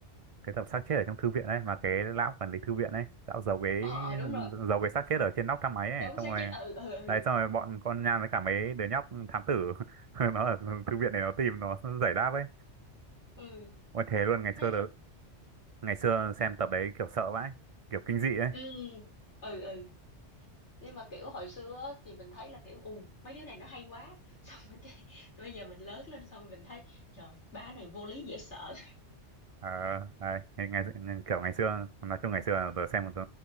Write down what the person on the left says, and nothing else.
ờ ờ, đúng rồi
đúng
xác
chết ừ ừ ừ
ừ
thấy
rất
ừ ừ ừ nhưng mà kiểu hồi xưa á, thì mình thấy là kiểu ù mấy đứa này nó hay quá <laughs> xong rồi cái bây giờ mình lớn lên xong rồi mình thấy trời ba này vô lý dễ sợ